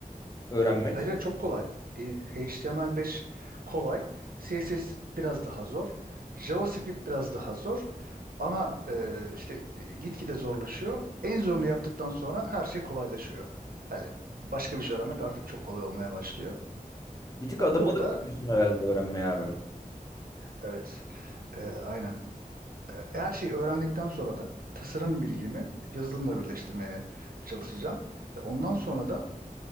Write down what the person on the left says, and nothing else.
öğrenmek?
Bir tık
adım
adım gidiyorsun herhalde öğrenmeye abi.